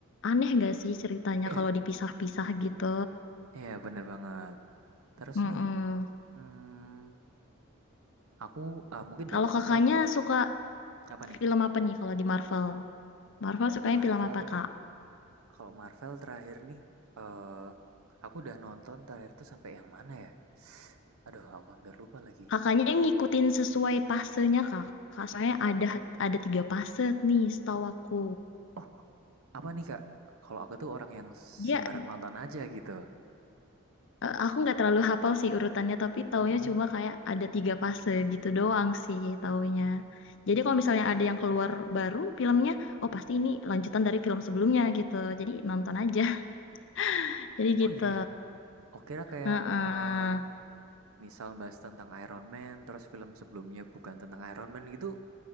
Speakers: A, on the left; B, on the right.
A: aneh nggak sih ceritanya
B: Ya,
A: kalau dipisah-pisah gitu.
B: ya bener banget. Terus
A: Mm-mm.
B: nih, hmm, aku eh, mungkin
A: Kalau
B: bakal tonton
A: kakaknya
B: nih.
A: suka
B: Apa nih?
A: film apa nih kalau di Marvel? Marvel
B: Kalau
A: sukanya
B: di Marvel,
A: film apa kak?
B: kalau Marvel terakhir nih, eh aku udah nonton terakhir tuh sampai yang mana ya? Aduh, aku hampir lupa lagi.
A: Kakaknya yang ngikutin sesuai pasenya kak. Kak, soalnya ada ada tiga fase nih setahu aku.
B: Oh, Apa nih Kak? Kalau aku tuh orang yang
A: Dia
B: sembarang nonton aja gitu.
A: Eh, Aku nggak terlalu hafal sih urutannya, tapi taunya
B: Mhm.
A: cuma kayak ada tiga fase gitu doang sih taunya. Jadi kalau misalnya ada yang keluar baru filmnya, oh pasti ini lanjutan dari film sebelumnya gitu. Jadi nonton aja. <laughs> Jadi gitu.
B: Oh iya. Oh kira kayak
A: Heeh.
B: eh misal bahas tentang Iron Man, terus film sebelumnya bukan tentang Iron Man gitu,